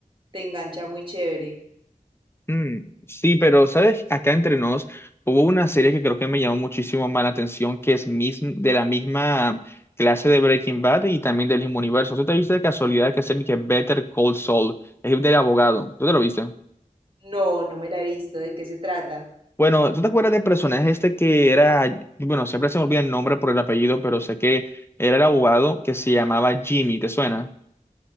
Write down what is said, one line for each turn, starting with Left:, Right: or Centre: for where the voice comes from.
Right: te engancha muy chévere.
Left: Mm, sí, pero sabes, acá entre nos hubo una serie que creo que me llamó muchísimo más la atención, que es mis- de la misma clase de Breaking Bad y también del mismo universo. ¿Tú te viste de casualidad que se que Better Call Saul? Es del abogado. ¿Tú te lo viste?
Right: No, no me la he visto, ¿de qué se trata?
Left: Bueno, ¿tú te acuerdas del personaje este que era, bueno, siempre se me olvida el nombre por el apellido, pero sé que era el abogado que se llamaba Jimmy, ¿te suena?